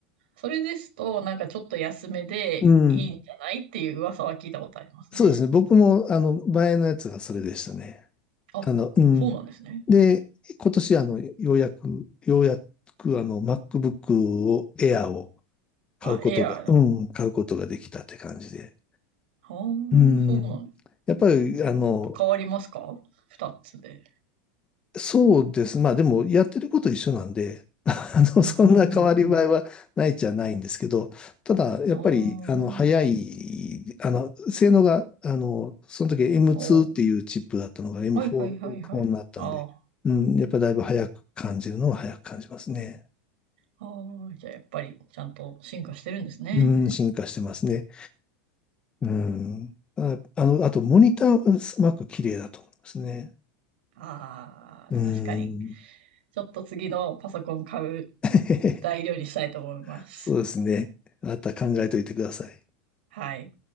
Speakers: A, on the right; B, on the left.
A: それですと、なんかちょっと安めでいいんじゃないっていう噂は聞いたことありますね。
B: うん。そうですね。僕も、あの、前のやつがそれでしたね。
A: あ、
B: あの、うん。
A: そうなんですね。
B: で、今年あの、ようやく、ようやくあの、MacBook を、Air を買うことが、
A: あ、エアーだ。
B: うん、買うことができたって感じで。
A: ああ、
B: うん。
A: そうなんだ。
B: やっぱり、あの、
A: 変わりますか二つで。
B: そうです。まあでも、やってること一緒なんで、<laughs> あの、
A: うん、
B: そんな変わり映えはないじゃないんですけど、
A: うん、うん、う
B: ただ、やっぱり、
A: ん。
B: あの、早い、
A: あ
B: あの、性能が、あの、その時 M2
A: あ、お
B: っていうチップだったのが M4、
A: はいはいはいはい。
B: エムフォーになったんで、
A: ああ、
B: うん、やっぱだいぶ早く感じるのは早く感じますね。
A: ああ、じゃあやっぱりちゃんと進化してるんですね。
B: うん、進化してますね。うん。あ、あの、あと、モニターはすごく綺麗だと思いますね。
A: ああ、
B: うん。
A: 確かに。ちょっと次のパソコン買う
B: <laughs>
A: 材料にしたいと思います。
B: そうですね。あなた考えといてください。
A: はい。